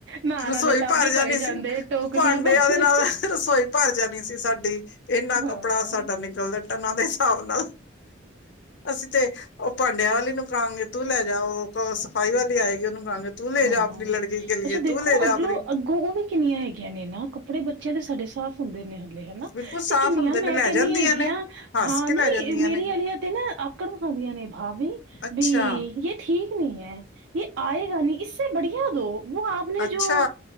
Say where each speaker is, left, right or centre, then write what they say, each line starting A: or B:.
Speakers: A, on the right; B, on the left.
A: ਨਾਣ
B: ਰਸੋਈ
A: ਆਲੇ ਟੱਬ
B: ਭਰ
A: ਹੀ
B: ਜਾਂਣੀ
A: ਭਰੇ
B: ਸੀ
A: ਜਾਂਦੇ ਟੋਕਰੀਆਂ
B: ਭਾਂਡਿਆਂ
A: ਭਰੇ
B: ਉਹਦੇ ਨਾਲ ਰਸੋਈ ਭਰ ਜਾਣੀ ਸੀ ਸਾਡੀ ਇੰਨਾ ਕੱਪੜਾ
A: ਹਾਂ।
B: ਸਾਡਾ ਨਿਕਲਦਾ ਟਨਾ ਹਿਸਾਬ ਨਾਲ ਅਸੀਂ ਤੇ ਉਹ ਭਾਂਡਿਆਂ ਵਾਲੀ ਨੂੰਕਾਾਂਗੇ ਤੂੰ ਲੈ ਜਾਓ ਸਫ਼ਾਈ ਵਾਲੀ ਆਏਗੀ ਉਹਨੂੰ ਕਹਾਂਗੇ ਤੂੰ ਲੈ
A: ਹਮ
B: ਜਾ ਆਪਣੀ
A: ਹਮ
B: ਲੜਕੀ ਕੇ ਲਈ
A: ਅੱਛਾ ਦੇਖੋ
B: ਤੂੰ ਲੈ ਜਾ
A: ਅਗਲੋਂ
B: ਆਪਣੀ
A: ਅੱਗੋਂ ਉਹ ਵੀ ਕਿੰਨੀਆਂ ਹੈਗੀਆਂ ਨੇ ਨਾ ਕੱਪੜੇ ਬੱਚਿਆਂ ਦੇ ਸਡੇ ਸਾਫ਼ ਹੁੰਦੇ ਨੇ ਹਨ ਹਨਾ
B: ਬਿਲਕੁਲ ਸਾਫ਼
A: ਤੇ ਕਿੰਨੀਆਂ
B: ਹੁੰਦੇ
A: ਮੈਂ
B: ਨੇ ਲੈ
A: ਕਹਿੰਦੀ
B: ਜਾਂਦੀਆਂ
A: ਹੈਗੀਆਂ
B: ਨੇ ਹੱਸ
A: ਹਾਂ
B: ਕੇ
A: ਨੀ
B: ਲੈ ਜਾਂਦੀਆਂ
A: ਮੇਰੀ
B: ਨੇ
A: ਵਾਲੀਆਂ ਤੇ ਨਾ ਆਕੜ ਵਿਖਾਦੀਆਂ ਨੇ ਭਾਵੀ
B: ਅੱਛਾ
A: ਵੀ ਯ ਠੀਕ ਨੀ ਹੈ ਇਹ ਆਏਗਾ ਨੀ ਇਸੇ ਬੜੀਆਂ ਦੋ ਉਹ ਆਪ ਨੇ
B: ਅੱਛਾ
A: ਜੋ